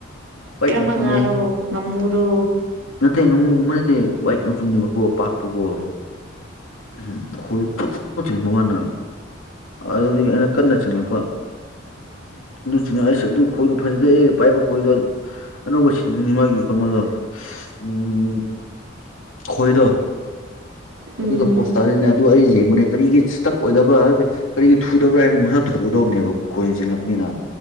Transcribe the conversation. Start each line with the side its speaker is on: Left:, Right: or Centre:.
Left: ꯋꯥꯏꯠ
Right: ꯀꯔꯝꯕ
Left: ꯃꯆꯨꯅꯦ
Right: ꯉꯥꯔꯣ ꯉꯥꯃꯨꯔꯣ
Left: ꯅꯠꯇꯦ ꯉꯥꯃꯨꯒꯨꯝꯕ ꯅꯠꯇꯦ ꯋꯥꯏꯠ ꯃꯆꯨꯅꯦꯕꯀꯣ ꯄꯥꯛꯄꯀꯣ ꯎꯝ ꯈ ꯆꯤꯡꯕ ꯋꯥꯅ ꯑꯗꯨꯗꯒꯤ ꯑꯩꯅ ꯀꯟꯅ ꯆꯤꯡꯂꯛꯄ ꯑꯗꯨ ꯁꯤꯡꯉ ꯑꯁ ꯑꯗꯨ ꯈꯣꯏꯗꫭ ꯐꯖꯗꯦ ꯑꯩ ꯄꯥꯏꯕ ꯈꯣꯏꯗꫭ ꯑꯅꯧꯕ ꯁꯤꯟꯕꯅꯤ ꯃꯥꯒꯤ ꯀꯩꯅꫭꯗꯣ ꯎꯝ ꯈꯣꯏꯗꯣ
Right: ꯎꯝ
Left: ꯑꯗꯨꯗ ꯄꯣꯁ ꯇꯥꯔꯤꯅꯦ ꯑꯗꯨ ꯑꯩ ꯌꯦꯡꯕꯅꯦ ꯀꯔꯤꯒꯤ ꯏꯁꯇꯛ ꯑꯣꯏꯗꯕ꯭ꯔ ꯍꯥꯏꯕꯗꯤ ꯀꯔꯤꯒꯤ ꯊꯨꯗꯕ꯭ꯔꯥ ꯍꯥꯏꯕꯗꯤ ꯃꯁꯥ ꯊꯨꯒꯗꯕꯅꯦꯕ ꯈꯣꯏꯅ ꯆꯤꯡꯉꯛꯄꯅꯤꯅ